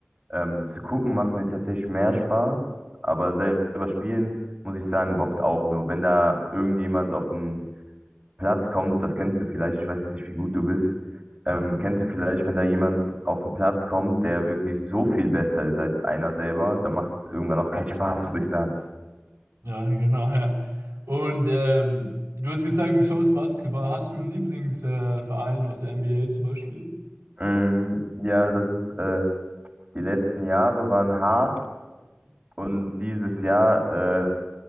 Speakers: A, on the right; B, on the right.
A: ähm, zu gucken macht mir tatsächlich mehr Spaß. Aber selber spielen, muss ich sagen, bockt auch. Nur wenn da irgendjemand auf den Platz kommt, das kennst du vielleicht, ich weiß jetzt nicht, wie gut du bist. Ähm, kennst du vielleicht, wenn da jemand auf den Platz kommt, der wirklich so viel besser ist als einer selber, dann macht es irgendwann auch keinen Spaß, muss ich sagen.
B: Ja, <laughs> genau, ja. Und ähm, du hast gesagt, du schaust Basketball. Hast du einen Lieblingsverein äh, Verein aus der NBA zum Beispiel?
A: Mm, ja, das ist, äh, die letzten Jahre waren hart. Und dieses Jahr äh,